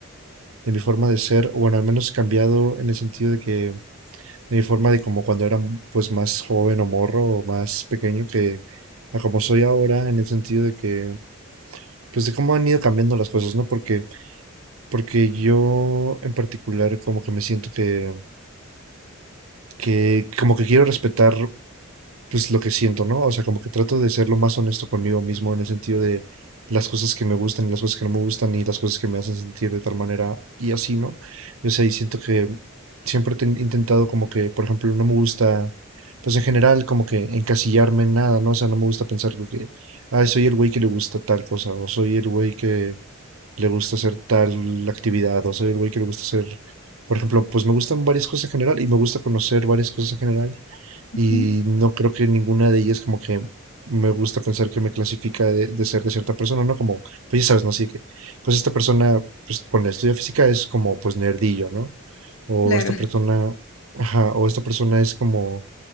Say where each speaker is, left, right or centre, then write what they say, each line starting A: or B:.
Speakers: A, on the right (about 75°); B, on the left (about 65°).
A: de mi forma de ser, o bueno, al menos cambiado en el sentido de que de mi forma de como cuando era pues más joven o morro o más pequeño que a como soy ahora, en el sentido de que pues de cómo han ido cambiando las cosas, ¿no? Porque porque yo en particular como que me siento que que como que quiero respetar pues lo que siento, ¿no? O sea, como que trato de ser lo más honesto conmigo mismo en el sentido de las cosas que me gustan y las cosas que no me gustan y las cosas que me hacen sentir de tal manera y así, ¿no? O sea, y siento que siempre he ten- intentado como que, por ejemplo, no me gusta, pues en general como que encasillarme en nada, ¿no? O sea, no me gusta pensar como que, ay, soy el güey que le gusta tal cosa o soy el güey que le gusta hacer tal actividad o soy el güey que le gusta hacer... Por ejemplo, pues me gustan varias cosas en general y me gusta conocer varias cosas en general y
B: Mm,
A: no creo que ninguna de ellas como que me gusta pensar que me clasifica de, de ser de cierta persona, ¿no? Como, pues ya sabes, ¿no? Así que, pues esta persona, pues con la estudia física es como, pues nerdillo, ¿no? O
B: Claro,
A: esta
B: <laughs>
A: persona, ajá, o esta persona es como,